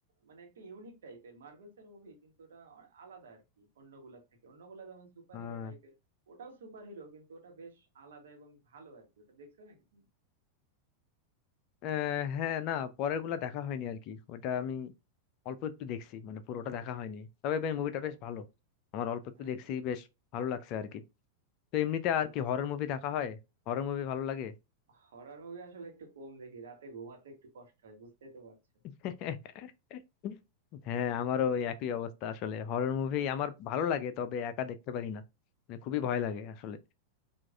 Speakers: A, on the right (about 60°); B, on the left (about 40°).
A: মানে একটা ইউনিক টাইপের মার্ভেলস এর মুভি কিন্তু ওটা অ- আলাদা আর কি অন্যগুলার থেকে অন্যগুলা যেমন সুপার
B: আহ
A: হিরো টাইপের ওটাও সুপার হিরো কিন্তু ওটা বেশ আলাদা এবং ভালো আর কি ওটা দেখছো নাকি তুমি
B: আহ, হ্যাঁ না পরের গুলা দেখা হয়নি আর কি ওটা আমি অল্প একটু দেখছি মানে পুরোটা দেখা হয়নি তবে ভাই মুভিটা
A: আহ,
B: বেশ ভালো আমার অল্প একটু
A: আচ্ছা
B: দেখছি বেশ ভালো লাগছে আর কি তো এমনিতে
A: ঠিক
B: আর কি
A: আছে
B: হরর মুভি দেখা হয় হরর মুভি ভালো লাগে
A: হরর মুভি আসলে একটু কম দেখি রাতে ঘুমাতে একটু কষ্ট হয় বুঝতেই তো পারছো
B: <laughs> হ্যাঁ আমারও
A: হ্যাঁ
B: ওই একই অবস্থা আসলে হরর মুভি আমার ভালো লাগে তবে একা দেখতে পারি না মানে খুবই ভয় লাগে আসলে